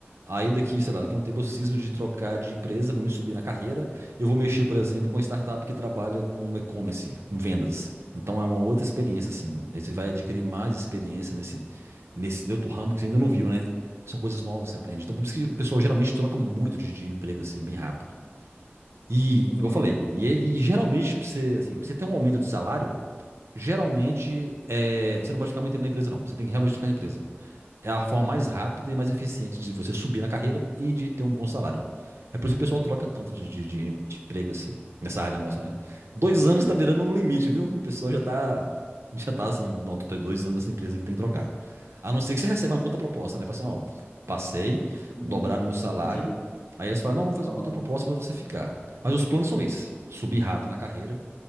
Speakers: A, on the right; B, on the left.
A: Aí daqui, sei lá, daqui a um tempo eu cismo de trocar de empresa para me subir na carreira. Eu vou mexer, por exemplo, com uma startup que trabalha com e-commerce, com vendas. Então é uma outra experiência, assim. Aí você vai adquirir mais experiência nesse, nesse outro ramo que você ainda não viu, né? São coisas novas que você aprende. Então, por isso que o pessoal geralmente troca muito de, de emprego, assim, bem rápido. E,
B: Uhum,
A: igual eu falei, e, é, e geralmente, pra você, assim, pra você ter um aumento de salário, geralmente, é, você não pode ficar muito tempo na empresa, não. Você tem que realmente trocar de empresa. É a forma mais rápida e mais eficiente de você subir na carreira e de ter um bom salário. É por isso que o pessoal troca tanto de, de, de- emprego assim, nessa área nossa, né? Dois anos tá virando um limite, viu? O pessoal já tá, já tá assim, não, tô tem dois anos nessa empresa que tem que trocar. A não ser que você receba uma contraproposta, né? Fala assim, ó, passei,
B: uhum.
A: dobraram meu salário.
B: Entendi.
A: Aí eles falam, não, vamos fazer
B: Aham.
A: uma contraproposta para você ficar. Mas os planos são esses: subir rápido na carreira